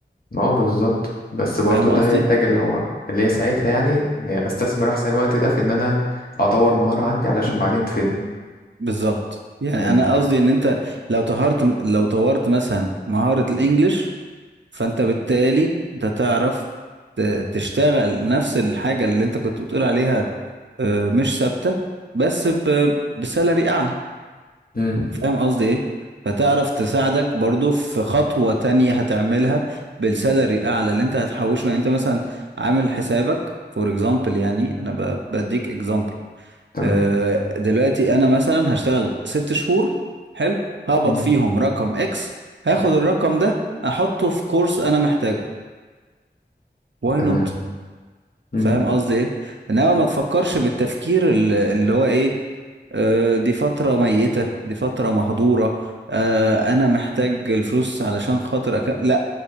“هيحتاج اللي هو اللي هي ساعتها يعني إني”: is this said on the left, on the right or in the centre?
Left